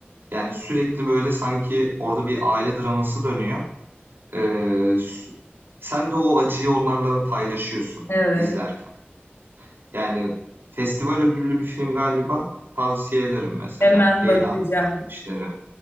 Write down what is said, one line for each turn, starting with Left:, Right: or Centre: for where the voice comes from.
Right: Yani sürekli böyle sanki orada bir aile draması dönüyor. Ee, sen de o acıyı onlarla paylaşıyorsun
Left: evet.
Right: izlerken. Yani festival ödüllü bir film galiba. Tavsiye ederim mesela.
Left: Hemen
Right: Leyla'nın
Left: bakacağım.
Right: Kardeşleri.